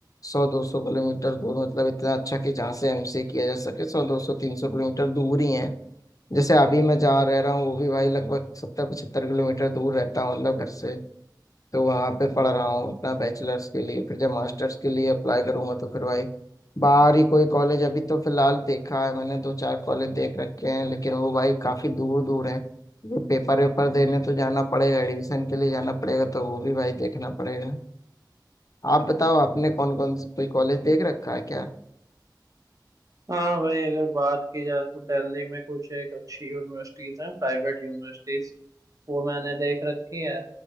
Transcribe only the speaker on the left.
सौ दो सौ किलोमीटर दूर मतलब इतना अच्छा कि जहाँ से एमसीए किया जा सके सौ दो सौ तीन सौ किलोमीटर दूर ही है जैसे अभी मैं जहाँ रह रहा हूँ वो भी भाई लगभग सत्तर पचहत्तर किलोमीटर दूर रहता हूँ मतलब घर से तो वहाँ पे पढ़ रहा हूँ अपना बैचलर्स के लिए फिर जब मास्टर्स के लिए अप्लाई करूंगा तो फिर भाई बाहर ही कोई कॉलेज अभी तो फिलहाल देखा है मैंने दो चार कॉलेज देख रखे हैं लेकिन वो भाई काफ़ी दूर दूर है क्योंकि पेपर वेपर देने तो जाना पड़ेगा एडमिशन के लिए जाना पड़ेगा तो वो भी भाई देखना पड़ेगा आप बताओ आपने कौन कौन कोई कॉलेज देख रखा है क्या